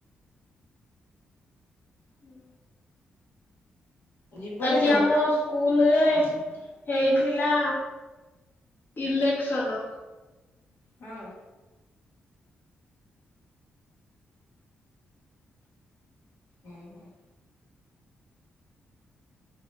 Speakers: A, on the left; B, on the left.
A: ହୁଁ
B: ଯିବୁନି
A: ଆଜି
B: ତୁ
A: ଆମ ସ୍କୁଲରେ ହେଇଥିଲା ଇଲେକ୍ସନ।
B: ହଁ। ହଁ ହଁ।